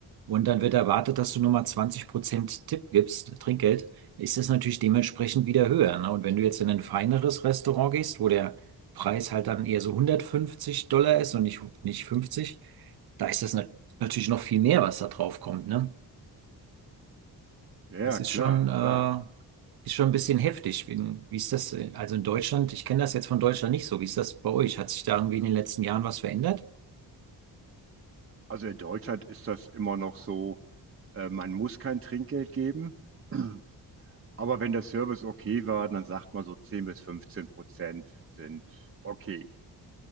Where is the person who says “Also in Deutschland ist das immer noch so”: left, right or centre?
Right